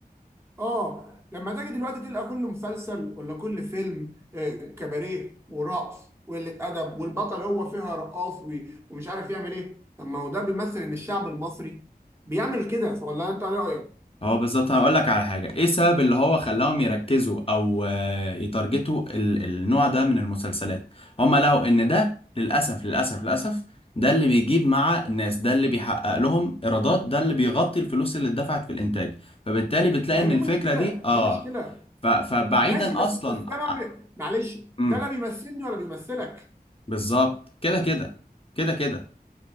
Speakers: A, on the right (about 15°); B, on the left (about 35°).
A: اه لما تيجي دلوقتي تلقى كل مسلسل ولا كل فيلم آه، كباريه ورقص وقلة أدب والبطل هو فيها رقاص وي- ومش عارف يعمل إيه طب ما هو ده بيمثل إن الشعب المصري بيعمل كده ولا أنت إيه رأيك؟
B: هو بالظبط انا اقول لك على حاجة ايه السبب اللي هو خلاهم يركزوا او آه، يتارجتوا ال- النوع ده من المسلسلات هم لقوا ان ده للاسف للاسف للاسف ده اللي بيجيب مع الناس ده اللي بيحقق لهم ايرادات ده اللي بيغطي الفلوس اللي اتدفعت في الانتاج فبالتالي بتلاقي
A: ما
B: ان
A: هي دي
B: الفكرة
A: مشكلة
B: دي اه
A: دي مشكلة
B: ف- فبعيدا
A: ماشي بس
B: اصلا
A: بس ده ما
B: ع-
A: بي- معلش
B: امم
A: ده لا بيمثلني ولا بيمثلك
B: بالظبط كده كده كده كده